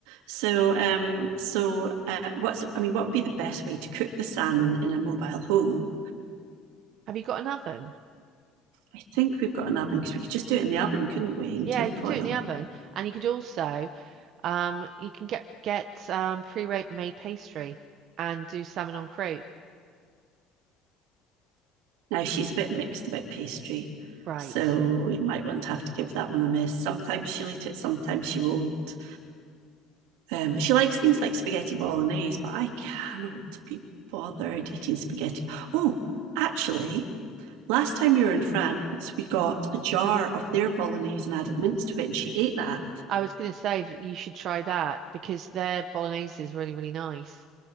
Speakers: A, on the right; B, on the right.
A: So, um, so uh, what's I mean, what would be the best way to cook the salmon in a mobile home?
B: Have you got an oven?
A: I think we've got an oven because we could just do it in the oven, couldn't we? In
B: Yeah,
A: tin
B: you could
A: foil.
B: do it in the oven, and you could also um you can get get um pre-made pastry and do salmon on croûte.
A: Now she's a bit mixed about pastry,
B: Right.
A: so we might want to have to give that one a miss. Sometimes she'll eat it, sometimes she won't. Um, she likes things like spaghetti bolognese, but I cannot be bothered eating spaghetti. Oh, actually, Last time we were in France, we got a jar of their bolognese and added mince to it, and she ate that.
B: I was going to say that you should try that because their bolognese is really, really nice.